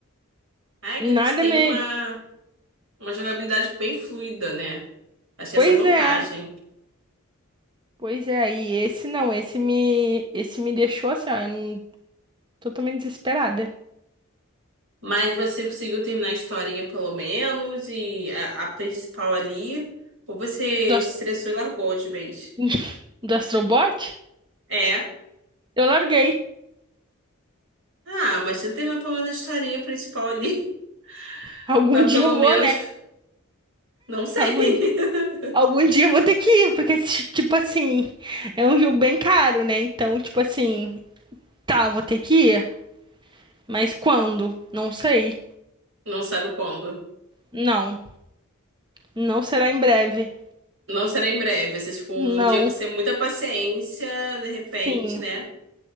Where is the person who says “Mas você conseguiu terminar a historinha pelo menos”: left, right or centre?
Right